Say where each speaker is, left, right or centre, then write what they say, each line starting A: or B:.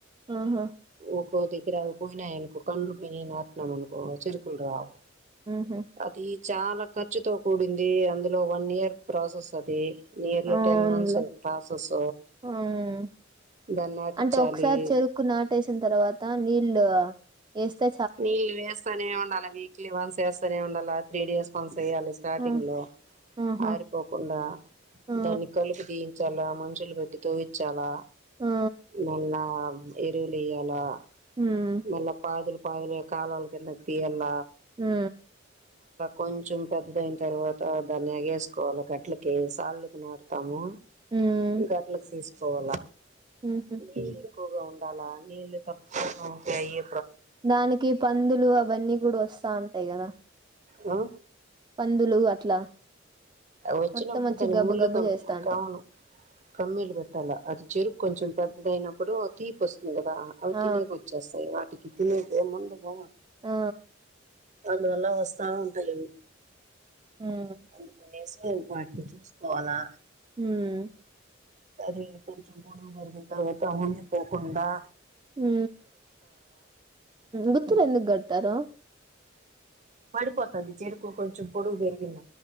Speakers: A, on the right (about 25°); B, on the right (about 40°).
A: ఆహా
B: ఒకో దగ్గర పోయినాయనుకు కండ్లు పోయినయి నాటినాం అనుకు కో చేరుకులు రావు
A: ఉహు
B: అది చాలా ఖర్చుతో కూడింది అందులో వన్ ఇయర్ ప్రాసెస్ అది నియర్లీ
A: అవునులే
B: టెన్ మంత్స్ ప్రాసెస్
A: హ్మ్
B: దాన్ని నాటించాలి
A: అంటే ఒకసారి చెరుకు నాటేసిన తర్వాత నీళ్ళు వేస్తే
B: నీళ్ళు వేస్తనే ఉండాలే వీక్లీ వన్స్ వేస్తనే ఉండాల త్రీ డేస్ మన్స్ వేయ్యాలి స్టార్టింగ్
A: హ్మ్
B: లో
A: ఆహా
B: ఆరిపోకుండా
A: ఆ
B: దాన్ని కలిపి తీీయించాలా మనుషులు పెట్టి తోవ్వించాలా
A: ఆ
B: మళ్ళ ఎరువులేయలా
A: హ్మ్
B: మళ్ళ పాదులు పయలు కాలువల కిందక్ తీయల్ల
A: మ్
B: కొంచెం పెద్దదైన తర్వాత ధన్ని ఎగేసుసుకోవాలే గట్లకి సార్ళ్లుకి నాటుతాము
A: హ్మ్
B: గట్లకి తీసుకోవాల
A: హుహు
B: మ్ ఎక్కువగా ఉండాలా నీళ్ళు తక్కువగ ఉంటే అయ్యి
A: దానికి పందులు అవన్నీ కూడా వస్తా ఉంటాయి కదా
B: ఆ
A: పందులు అట్లా
B: వచ్చినప్పుడు
A: మొత్తం వచ్చి
B: దని
A: గబ్బు
B: ముళ్ళు
A: గబ్బు
B: కమ్
A: చేస్తాంటాయి
B: అవును కమ్మిలు పెట్టాలా అది చెరుకు కొంచెం పెద్దదైన ప్పుడు తీపి వస్తుంది కదా అవి
A: ఆ
B: తినేకోచ్చేస్తాయి వాటికి తినేకి ముందుగా
A: ఆ
B: అందువల్ల వస్తా ఉంటాయి అవి
A: హ్మ్
B: అందుకు అనేసి వాటిని చూసుకోవాలా
A: హ్మ్
B: అది కొంచెం గూడ జరిగిన తర్వాత ఊనిపోకుండా
A: హు గుత్తూర్ ఎందుకు గడతారు
B: పడిపోతుంది చెరుకు కొంచెం పొడుగు పెరిగింద